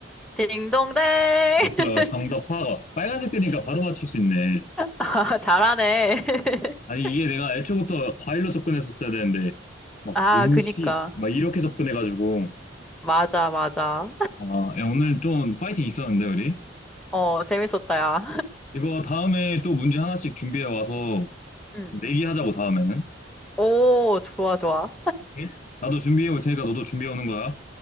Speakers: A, in the centre; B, on the left.
A: 딩동댕!
B: 맞아요.
A: <laughs>
B: 정답 사과. 빨간색 되니까 바로 맞출 수 있네.
A: 아, 잘하네. <laughs>
B: 아니, 이게 내가 애초부터 과일로 접근했었어야 되는데, 막
A: 아,
B: 음식,
A: 그니까.
B: 막 이렇게 접근해가지고.
A: 맞아, 맞아.
B: 아, 야, 오늘 좀 파이팅 있었는데, 우리?
A: 어, 재밌었다, 야.
B: 이거 다음에 또 문제 하나씩 준비해 와서
A: 음.
B: 내기하자고, 다음에는.
A: 오, 좋아, 좋아.
B: 오케이? 나도 준비해 올 테니까 너도 준비해 오는 거야.